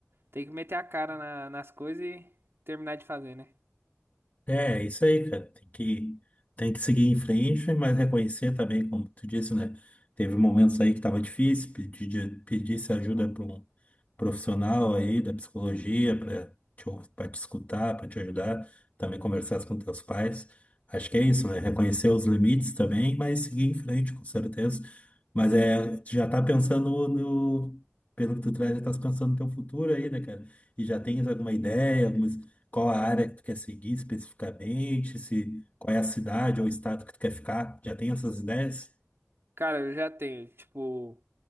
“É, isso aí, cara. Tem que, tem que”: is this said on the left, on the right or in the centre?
Left